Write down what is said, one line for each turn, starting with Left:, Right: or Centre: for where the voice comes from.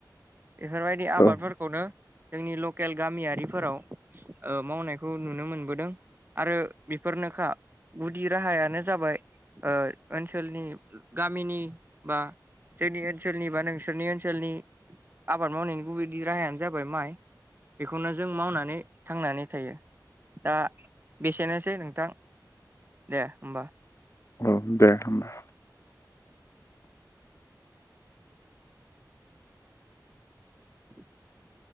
Right: बेफोरबायदि आबादफोरखौनो
Left: औ
Right: जोंनि लकेल गामियारिफोराव ओ मावनायखौ नुनो मोनबोदों आरो बेफोरनोखा गुदि राहायानो जाबाय ओ ओनसोलनि गामिनि बा जोंनि ओनसोलनि बा नोंसोरनि ओनसोलनि आबाद मावनायनि गुबै राहायानो जाबाय माइ बेखौनो जों मावनानै थांनानै थायो दा बेसेनोसै नोंथां दे होमबा।
Left: औ दे होनबा।
Right: <inaudible>